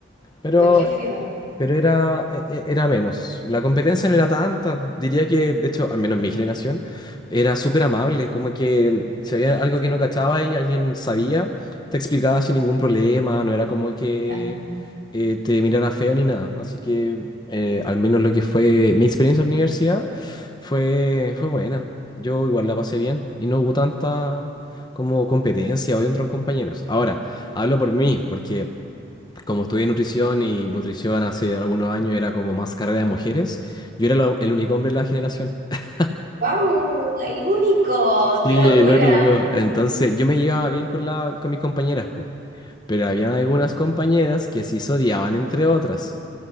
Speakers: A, on the left; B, on the right.
A: Pero
B: Ay, qué feo.
A: pero era, e- e- era menos. La competencia no era tanta. Diría que, de hecho, al menos mi generación, era súper amable. Como que mm, si había algo
B: Claro,
A: que no cachaba y alguien sabía, te explicaba sin ningún problema. No era como que
B: claro.
A: eh, te mirara feo ni nada. Así que, eh, al menos lo que fue mi experiencia en la universidad fue, fue buena. Yo igual la pasé bien y no hubo tanta como competencia o entre compañeros. Ahora, hablo por mí, porque como estudié nutrición y nutrición hace algunos años era como más carrera de mujeres, yo era lo- el único hombre de la generación. <laughs>
B: ¡Guau! El único,
A: Sí,
B: qué locura.
A: el único. Entonces yo me llevaba bien con, la, con mis compañeras, po. Pero había algunas compañeras que sí se odiaban entre otras.